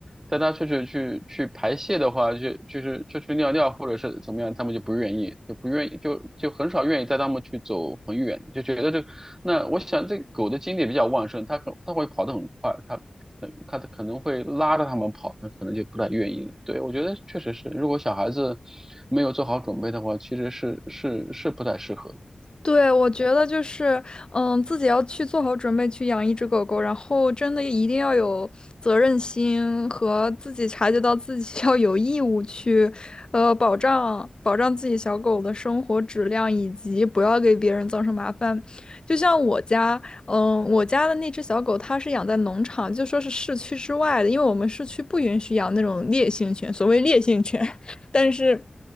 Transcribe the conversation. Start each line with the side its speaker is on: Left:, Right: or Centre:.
Right: 带他出去去去排泄的话，就就是就去尿尿或者是怎么样，他们就不愿意，就不愿意，就就很少愿意带他们去走很远，就觉得这那我想这狗的精力比较旺盛，它可它会跑得很快，它它它可能会拉着他们跑，那可能就不太愿意了。对，我觉得确实是，如果小孩子没有做好准备的话，其实是是是不太适合。
Left: 对，我觉得就是，嗯，自己要去做好准备去养一只狗狗，然后真的一定要有责任心和自己察觉到自己 <laughs> 要有义务去，呃，保障保障自己小狗的生活质量，以及不要给别人造成麻烦。就像我家，嗯，我家的那只小狗，它是养在农场，就说是市区之外的，因为我们市区不允许养那种烈性犬，所谓烈性犬。但是，